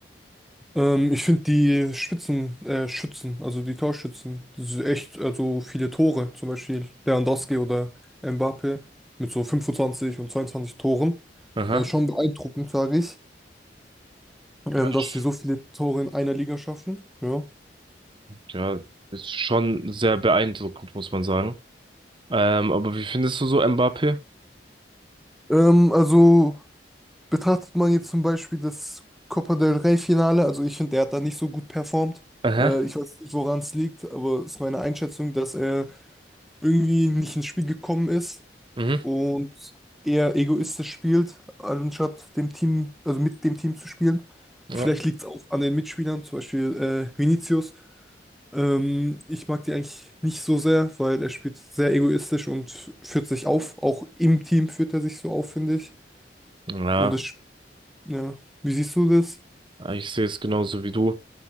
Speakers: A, in the centre; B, on the right.
A: Ähm, ich finde die Spitzen, äh, Schützen, also die Torschützen, das ist echt, also viele Tore, zum Beispiel Lewandowski oder Mbappé mit so 25 und 22 Toren.
B: Aha.
A: Das ist schon beeindruckend, sage ich. ähm,
B: Ja, ich-
A: dass sie so viele Tore in einer Liga schaffen. Ja.
B: ja, ist schon sehr beeindruckend, muss man sagen. Ähm, aber wie findest du so Mbappé?
A: Ähm, also betrachtet man jetzt zum Beispiel das Copa del Rey-Finale, also ich finde, der hat da nicht so gut performt.
B: Aha.
A: Äh, ich weiß nicht, woran es liegt, aber es ist meine Einschätzung, dass er irgendwie nicht ins Spiel gekommen ist
B: Mhm.
A: und eher egoistisch spielt, anstatt dem Team, also mit dem Team zu spielen.
B: Ja.
A: Vielleicht liegt es auch an den Mitspielern, zum Beispiel äh, Vinicius. Ähm, ich mag die eigentlich nicht so sehr, weil er spielt sehr egoistisch und führt sich auf. Auch im Team führt er sich so auf, finde ich.
B: Ja,
A: Und das, sp- ja, wie siehst du das?
B: ich sehe es genauso wie du.